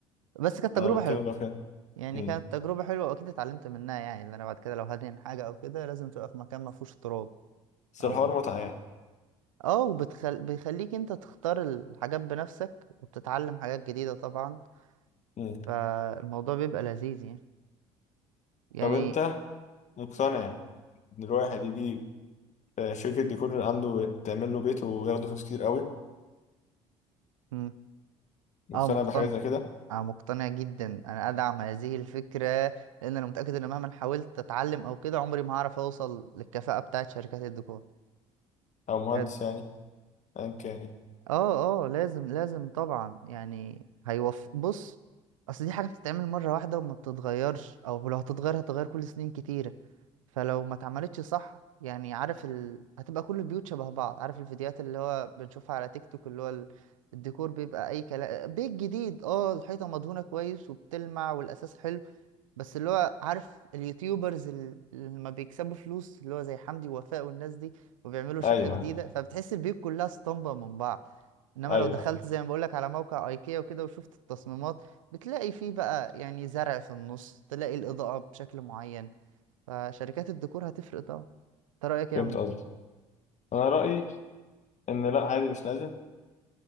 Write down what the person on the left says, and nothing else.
أنا بتكلم
بقى في كده
مم.
بس الحوار
متعة يعني
مم.
طب أنت مقتنع إن الواحد يجي آه، شركة ديكور اللي عنده تعمل له بيت وياخده فلوس كتير قوي
مقتنع
بحاجة زي كده
أو مهندس
يعني أيا كان يعني.
أيوه
أيوه
فهمت
قصدي انا رايي ان لا عادي مش لازم